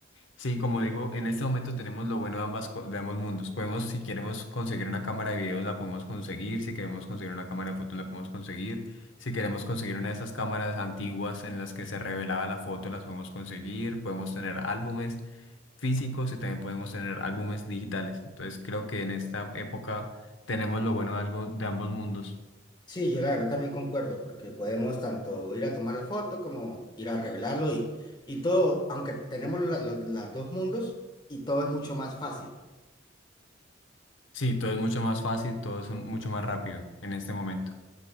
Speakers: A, on the left; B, on the left.
A: Sí, como digo, en este momento tenemos lo bueno de ambas, co- de ambos mundos. Podemos, si queremos conseguir una cámara de videos, la podemos conseguir. Si queremos conseguir una cámara de fotos, la podemos conseguir. Si queremos conseguir una de esas cámaras antiguas en las que se revelaba la foto, las podemos conseguir. Podemos tener álbumes físicos y también podemos tener álbumes digitales. Entonces, creo que en esta época tenemos lo bueno de algo, de ambos mundos.
B: Sí, yo la verdad también concuerdo, porque podemos tanto ir a tomar la foto como ir a revelarlo y, y todo, aunque tenemos los dos mundos y todo es mucho más fácil.
A: Sí, todo es mucho más fácil, todo es un- mucho más rápido en este momento.